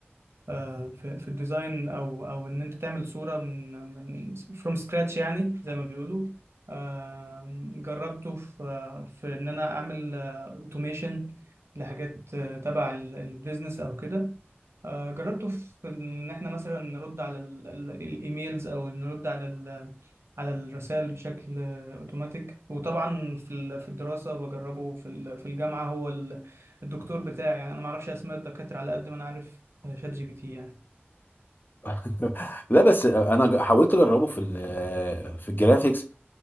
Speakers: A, on the right; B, on the left.
A: آه، في في الديزاين او او ان انت تعمل صوره من من فروم سكراتش يعني زي ما بيقولوا آه، جربته في في ان انا اعمل اوتوميشن لحاجات آه، تبع البيزنس او كده آه، جربته في ان احنا مثلا نرد على ال- ال- الايميلز او نرد على ال- على الرسائل بشكل آه، اوتوماتيك وطبعا في ال- في الدراسه بجربه في ال- في الجامعه هو ال- الدكتور بتاعي يعني انا ما اعرفش اسماء الدكاتره على قد ما انا عارف آه، شات جي بي تي يعني
B: <laughs> لا بس انا حاولت اجربه في ال- في الجرافيكس